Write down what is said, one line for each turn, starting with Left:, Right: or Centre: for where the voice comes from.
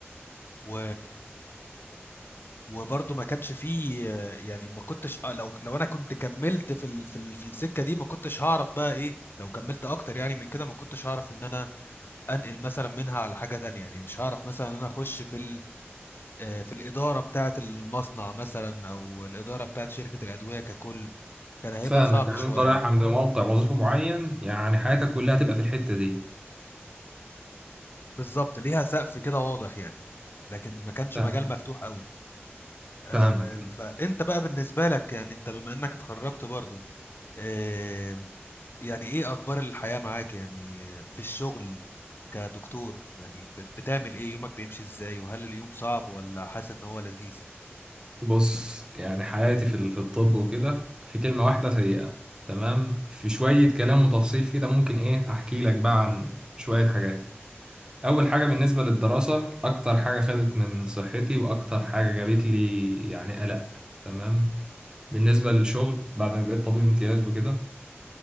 Left: و... وبرضو ما كانش فيه آه، يعني ما كنتش آه، لو لو انا كنت كملت في ال... في ال... في السكة دي ما كنتش هعرف بقى ايه لو كملت اكتر يعني من كده ما كنتش هعرف ان انا انقل مثلا منها على حاجة تانية يعني مش هعرف مثلا ان انا اخش في ال... آه، في الإدارة بتاعة المصنع مثلا أو الإدارة بتاعة شركة الأدوية ككل كان هيبقى
Right: فاهمك
Left: صعب
Right: يعني
Left: شوية
Right: انت رايح عند موقع وظيفه معين يعني حياتك كلها تبقى في الحته دي
Left: بالظبط ليها سقف كده واضح يعني لكن ما كانش
Right: فاهم
Left: مجال مفتوح قوي آه،
Right: فاهمك
Left: فانت بقى بالنسبة لك يعني انت بما انك اتخرجت برضو آه، يعني ايه اخبار الحياة معاك يعني في الشغل كدكتور يعني بت- بتعمل ايه يومك بيمشي ازاي وهل اليوم صعب ولا حاسس ان هو لذيذ
Right: بص يعني حياتي في ال- في الطب وكده في كلمة واحدة سيئة تمام في شوية كلام وتفصيل كده ممكن ايه احكي لك بقى عن شوية حاجات اول حاجة بالنسبة للدراسة اكتر حاجة خدت من صحتي واكتر حاجة جابت لي يعني قلق تمام بالنسبة للشغل بعد ما بقيت طبيب امتياز وكده